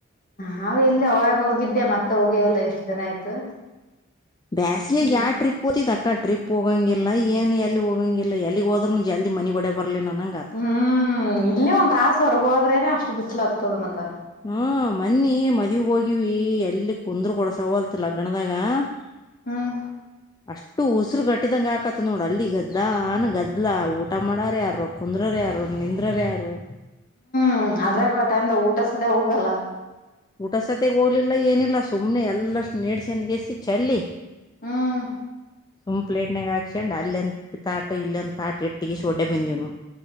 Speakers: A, on the left; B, on the left.
A: ನಾವ ಎಲ್ಲಿ ಅವಾಗ ಹೋಗಿದ್ದೆ ಮತ್ತೆ ಹೋಗೇ ಇಲ್ಲ ಎಷ್ಟು ದಿನ ಆಯ್ತು.
B: ಬ್ಯಾಸಿಗೆ ಯಾವ
A: ಮತ್ತ
B: ಟ್ರಿಪ್ ಕೂತಿದ ಅಕ್ಕ ಟ್ರಿಪ್ ಹೋಗೋಂಗಿಲ್ಲ ಏನು ಎಲ್ಲಿ ಹೋಗೋಂಗಿಲ್ಲ ಎಲ್ಲಿಗೆ ಹೋದ್ರೂ ಜಲ್ದ ಮನಿಗೆ ಓಡಿ ಬರಲಿ ನಂನಂಗ.
A: ಹ್ಮ್ ಇಲ್ಲೇ ಒಂದ್ ತಾಸ ಹೊರಗ ಹೋದ್ರೇನೆ ಅಷ್ಟ್ ಬಿಸ್ಲ ಹತ್ತದ ಮತ್ತ
B: ಹಾ ಮನ್ನಿ ಮದ್ವಿ ಹೋಗಿವಿ ಎಲ್ಲಿ ಕುಂದ್ರ ಕೊಡ ಸವಲ್ತ್ ಲಗ್ಗಣದಾಗ
A: ಹ್ಮ್
B: <inaudible> ಅಷ್ಟು ಉಸಿರು ಕಟ್ಟಿದಂಗ ಆಗಕತ್ ನೋಡ ಅಲ್ಲಿ ಗದ್ದಾನ ಗದ್ಲಾ ಊಟ ಮಾಡಾರ ಯಾರೊ ಕುಂದ್ರರು ಯಾರು ನಿಂದ್ರರು ಯಾರು
A: ಹ್ಮ್ ಅದ್ರಾಗ ಆ ಟೈಮ್ದಾಗ ಊಟ ಸದೇ ಹೋಗಲ್ಲ
B: ಊಟ ಸತೆಗೆ ಹೋಗ್ಲಿಲ್ಲ ಏನಿಲ್ಲ ಸುಮ್ಮನೆ ಎಲ್ಲ ನೇಡ್ಸಂದಗೆಸಿ ಚೆಲ್ಲಿ
A: ಹ್ಮ್
B: ಸುಮ್ ಪ್ಲೇಟ್ನಾಗ ಹಾಕ್ಸುಕೊಂಡ ಅಲ್ಲಿ ಅಂತ ತಾಟ ಇಲ್ಲಿಂತ ತಾಟ ಇಟ್ಟಕೇಸೇ ಒಡ್ಡೆ ಬಂದಿವ ನೋಡ್